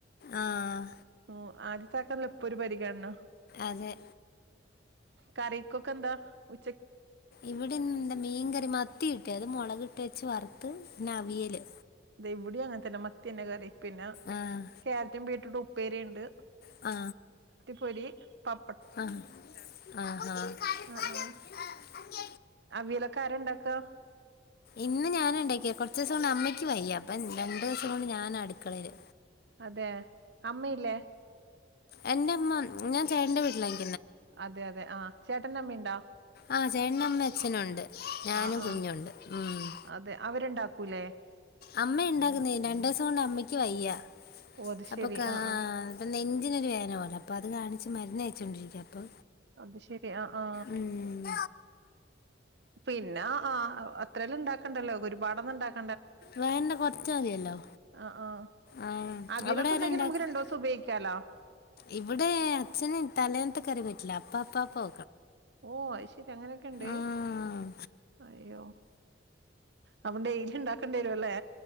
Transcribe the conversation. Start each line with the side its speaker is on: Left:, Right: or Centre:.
Left: ആഹ്
Right: ഉം ആദ്യത്തൊക്കല്ല എപ്പോ ഒരു പരിഗണണ
Left: അതെ
Right: കറികൊക്ക് എന്താ വി
Left: ഇവിടിന്താ മീങ്കറി മത്തിയിട്ടെ അത് മൊളക് ട്ടെച്ച് വർത്ത് പിന്നവിയല്
Right: ഇതെവിടേം അങ്ങനത്തന്നെ മത്തി അന്നെ കറി പിന്നെ
Left: ആഹ്
Right: ക്യാരറ്റും ബീട്രൂട്ടും ഉപ്പേരി ഇണ്ട്
Left: ആ
Right: പൊരി പ
Left: ആ ആ ആ ആ കൊച്ചിന് കളിപ്പാട്ടം
Right: ആ ആ
Left: ആ അങ്ങെ
Right: അവിയലൊക്കെ ആരൊണ്ടാക്കാ
Left: ഇന്ന് ഞാനാ ഇണ്ടാക്കിയെ കൊറച്ചീസം കൊണ്ട് അമ്മയ്ക്ക് വയ്യ അപ്പ രണ്ടൂസം കൊണ്ട് ഞാനാ അടുക്കളേല്
Right: അതെ അമ്മയില്ലേ
Left: എന്റെ അമ്മ ഞാൻ ചേട്ടൻ്റെ വീട്ടിലായി
Right: അതെ അതെ ആ ചേട്ടൻ്റെ അമ്മ ഇണ്ടാ
Left: ആഹ ചേട്ടൻ്റമ്മേം അച്ഛനും ഒണ്ട് ഞാനും
Right: ആ ആ
Left: കുഞ്ഞുണ്ട് ഒണ്ട്
Right: അതെ അവരുണ്ടാക്കൂലേ
Left: അമ്മെ ഇണ്ടാക്കുന്ന രണ്ടൂസം കൊണ്ട് അമ്മയ്ക്ക് വയ്യ
Right: ഓ അത്
Left: അപ്പൊ
Right: ശെരി
Left: ക
Right: ആ ആ
Left: പ്പ നെഞ്ചിനൊരു വേദന പോലെ പ്പൊ അത് കാണിച്ച് മരുന്ന് കയിച്ചോണ്ടിരിക്കാ അപ്പൊ
Right: അത് ശെരി ആ ആ
Left: ഉം
Right: പിന്നെ അ അ അത്രേലും ഇണ്ടാക്കണ്ടല്ലോ ഒരുപാടനൊന്നും ഇണ്ടാ
Left: വേണ്ട കൊറച്ച് മതിയല്ലോ
Right: ആ ആ
Left: ആഹ്
Right: അവിലൊക്കെ
Left: അവിടെ ആരാ
Right: ഇണ്ടെങ്കി
Left: ഇണ്ടാക്ക
Right: നമുക്ക് രണ്ടൂസം ഉപയോഗിക്കാലോ
Left: ഇവിടെ അച്ഛന് തലേന്നത്തെ കറി പറ്റില്ല അപ്പാപ്പാ പോ
Right: ഓ ഐശെര്യ അങ്ങനൊക്കെ ഇണ്ട്
Left: ആഹ്
Right: അയ്യോ അപ്പ ഡെയ്ലി ഇണ്ടാക്കണ്ടി വരു അല്ലേ